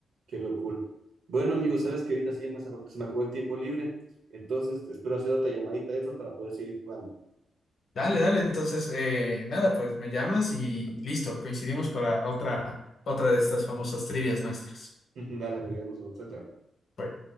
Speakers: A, on the right; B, on the left.
A: qué locura. Bueno, amigos, sabes que ahorita sí ya me- se me, se me acabó el tiempo libre, entonces espero hacer otra llamadita de estas para poder seguir jugando.
B: Dale, dale. Entonces, eh, nada, pues me llamas y listo. Coincidimos para otra, otra de estas famosas trivias nuestras.
A: <laughs> Dale, amigos, nos vemos, chao, chao.
B: Bueno.